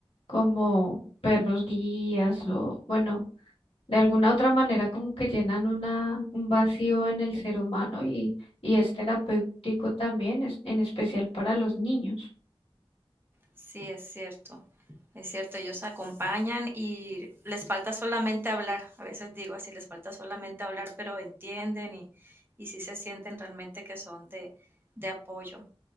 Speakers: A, on the left; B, on the right.
A: como perros guías o, bueno, de alguna otra manera como que llenan una, un vacío en el ser humano y, y es terapéutico también, es- en especial para los niños.
B: Sí, es cierto. Es cierto, ellos acompañan y les falta solamente hablar. A veces digo así, les falta solamente hablar, pero entienden y, y sí se sienten realmente que son de, de apoyo.